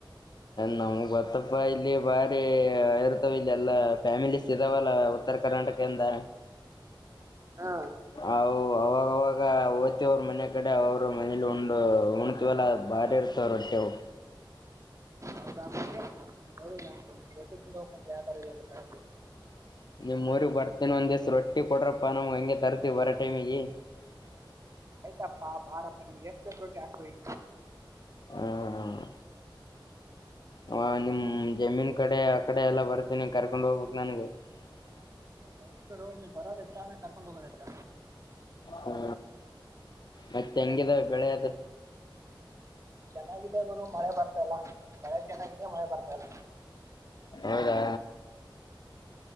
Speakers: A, on the left; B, on the right.
A: ನಮಗ್ ಗೊತ್ತಪ್ಪ ಇಲ್ಲಿ ಬಾರಿ ಇರ್ತವಿ ಇಲ್ಲಿ ಎಲ್ಲಾ ಫ್ಯಾಮಿಲಿಸ್ ಇದಾವಲ್ಲ ಉತ್ತರ ಕರ್ನಾಟಕ ಇಂದ
B: ಹಾ
A: ಅವಾಗ ಅವಾಗ ಹೋ ಮತ್ತ್ ಅವ್ರ ಮನೆ ಕಡೆ ಅವ್ರ ಮನೇಲಿ ಉಂಡ್ ಉಣತಿವಲ್ಲ ಬಾರಿ ಇರ್ತವ್ರಲ್ಲ ರೊಟ್ಟಿ ಅವು
B: ಅವುದ ನೋಡಿ ನಮ್ ರೊಟ್ಟಿ ತಿಂದ ಹೋಗಕಂತ್ ಯಾವ ತರ ಈ ಕಡಾಕ್ ರೊಟ್ಟಿ
A: ನಿಮ್ಮೂರಿಗ್ ಬರ್ತೀನ್ ಒಂದ್ ದಿವಸ ರೊಟ್ಟಿ ಕೊಡ್ರಪ್ಪಾ ನಮ್ ಹಂಗೆ ತರ್ತಿವಿ ಬರ ಟೈಮಿಗೆ <unintelligible>
B: ಆಯ್ತಪ್ಪಾ ಬಾರಪ್ಪಾ ನಿನಗೆ ಎಷ್ಟ್ ಬೇಕ್ ರೊಟ್ಟಿ ಓಯಿ
A: ಹ ಹ ಆ ನಿಮ್ ಜಮೀನ್ ಕಡೆ ಆ ಕಡೆ ಎಲ್ಲಾ ಬರ್ತೀನಿ ಕರ್ಕೊಂಡ್ ಹೋಗ್ಬೇಕ್ ನನಗ <unintelligible>
B: ಎ ಬನ್ನಿ ಗುರು ನೀವು ಬರೋದ್ ಹೆಚ್ಚ ನಾನ್ ಕರ್ಕೊಂಡ್ ಹೋಗೋದ ಹೆಚ್ಚ
A: ಹ್ಮ ಮತ್ತೆ ಹೆಂಗಿದಾವ್ ಬೆಳೆ ಅದು
B: ಚೆನ್ನಾಗಿದೆ ಗುರು ಮಳೆ ಬರ್ತಾ ಇಲ್ಲ ಬೆಳೆ ಚೆನ್ನಾಗಿದೆ ಮಳೆ ಬರ್ತಾ ಇಲ್ಲ
A: ಹೌದಾ